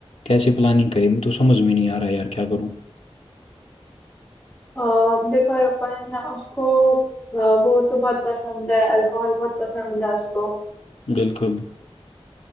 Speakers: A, on the left (about 85°); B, in the centre.
A: कैसे प्लानिंग करें मुझे तो समझ में नहीं आ रहा यार क्या करूं
B: और देखो अपन उसको अ, वो तो बहुत पसंद है अल्कोहल बहुत पसंद है उसको
A: बिल्कुल